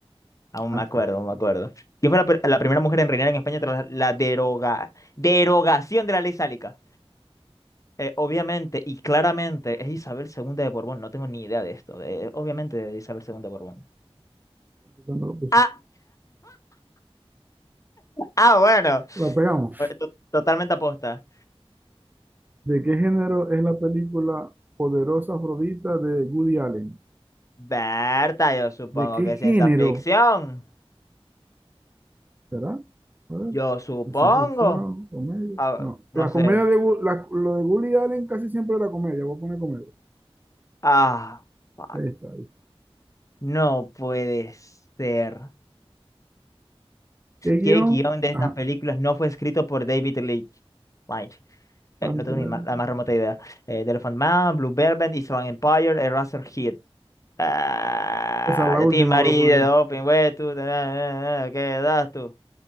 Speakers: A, on the left; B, on the right.
A: Aún
B: ganaste.
A: me acuerdo, aún me acuerdo. ¿Quién fue la, pr- la primera mujer en reinar en España tras la deroga, derogación de la ley sálica? eh, obviamente y claramente es Isabel II de Borbón, no tengo ni idea de esto, de- obviamente de Isabel II de Borbón.
B: ¿Cuándo lo puse?
A: Ah, ah, bueno,
B: La pegamos.
A: eh, to- totalmente aposta.
B: ¿De qué género es la película Poderosa Afrodita de Woody Allen?
A: Berta, yo supongo
B: ¿De qué
A: que es ciencia
B: género?
A: ficción,
B: ¿Será? A ver,
A: yo supongo,
B: ¿Ciencia ficción? ¿Comedia?
A: Ah,
B: No.
A: no
B: La
A: sé,
B: comedia de, Wo- la- lo de Woody Allen casi siempre era comedia. Voy a poner comedia.
A: ah, fuck.
B: Ahí está. ahí.
A: no puede ser.
B: ¿Qué guión?
A: ¿Qué guión de estas
B: Ajá.
A: películas no fue escrito por David Leitch? Leitch.
B: Pantera.
A: Eh, no tengo ni ma- la más remota idea. Eh, The Elephant Man, Blue Velvet, Island Empire, Eraserhead. Ah,
B: Esa es la
A: yo
B: última,
A: te marido,
B: voy a poner.
A: open, güey, tú, na, na, na, ¿qué das tú?